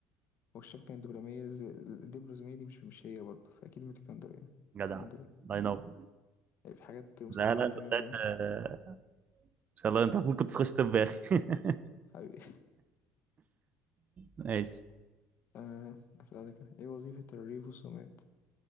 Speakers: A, on the left; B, on the right.
A: والشبكة الدبلومية ز- الدبلوماسية دي مش مش هي برضه فأكيد من اسكندرية
B: جدع
A: اسكندرية
B: الله ينور
A: يعني في حاجات مستبعدة
B: لا لا انت
A: تماما
B: طلعت
A: يعني
B: آه، ان شاء الله انت المفروض كنت تخش طب يا اخي <laughs>
A: <laughs> حبيبي
B: ماشي
A: آه أسألك أنا إيه وظيفة الريب والسومات؟